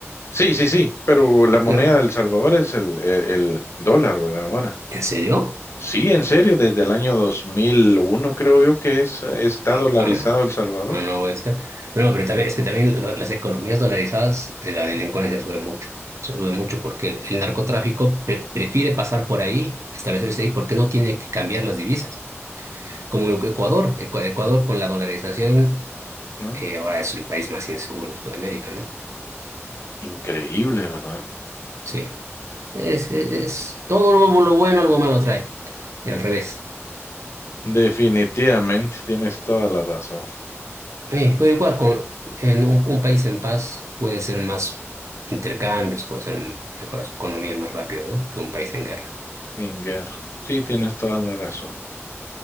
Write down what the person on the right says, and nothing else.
Claro.
¿En serio?
Ah,
ah, no.
Ah, no, es que... Bueno, pero también, es que también lo- las economías dolarizadas, eh, la delincuencia sube mucho. Se sube mucho porque el, el narcotráfico pre- prefiere pasar por ahí, establecerse ahí, porque no tiene que cambiar las divisas. Como Ecuador, Ecua- Ecuador con la dolarización
eh, ahora es el país más inseguro de Sudamérica, ¿no?
Sí. Es, es, es- todo lo, lo bueno, algo malo trae. Y al revés.
Eh, pero igual, con, en un, un país en paz puede ser más intercambios, puede ser mejora su economía más rápido, ¿no? Que un país en guerra.